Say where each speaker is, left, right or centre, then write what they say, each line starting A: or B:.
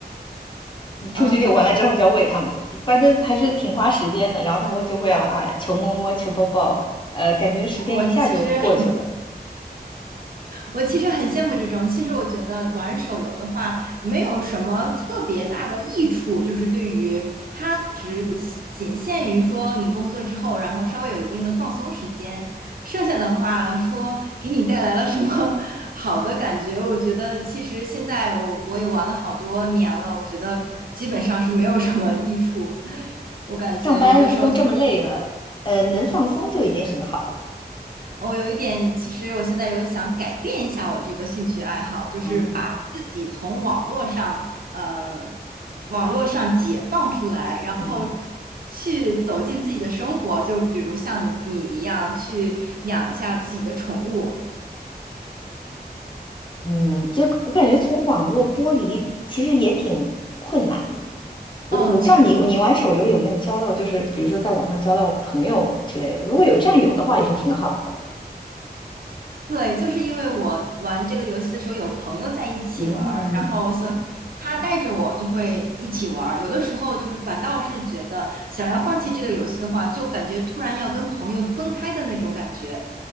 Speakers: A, on the right; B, on the left.
A: 啊，
B: 出去遛完了之后就要喂它们，反正还是挺花时间的。然后它们就会要啊求摸摸求抱抱，呃，感觉时间一下就过去了。
A: 我其实还我其实很羡慕这种。其实我觉得玩手游的话，没有什么特别大的益处，就是对于它仅限于说你工作之后，然后稍微有一定的放松时间，剩下的话说给你带来了什么 <laughs> 好的感觉，我觉得其实现在我我也玩了好多年了，我觉得基本上是没有什么益处。我感觉有的时候特别
B: 上班都这么累了，呃，能放松就已经很好了。
A: 我有一点，其实我现在有想改变一下我这个兴趣爱好，就是把自己从网络上，
B: 啊，
A: 呃，网络上解放出来，然后
B: 嗯。
A: 去走进自己的生活。就比如像你一样，去养一下自己的宠物，
B: 嗯，就我感觉从网络剥离其实也挺困难的。我我不知道你你玩手游有没有交到，
A: 嗯，
B: 就是比如说在网上交到朋友之类的。如果有这样有的话，也是挺好的。
A: 对，就是因为我玩这个游戏的时候有朋友在一起玩儿，
B: 嗯，
A: 然后所以他带着我就会一起玩儿。有的时候就是反倒是觉得想要放弃这个游戏的话，就感觉突然要跟朋友分开的那种感觉，